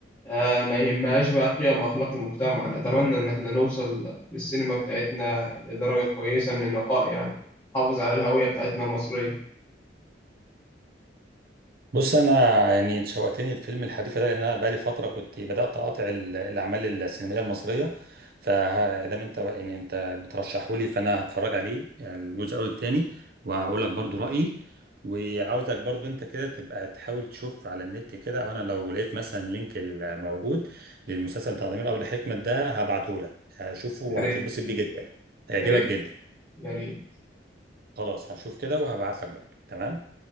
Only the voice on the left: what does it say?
آه ما يهمهاش بقى قيم وأخلاق المجتمع أنا أتمنى إن إحنا نوصل بالسينما بتاعتنا لدرجة كويسة من النقاء يعني نحافظ على الهوية بتاعتنا المصرية
يا ريت
يا ريت
يا ريت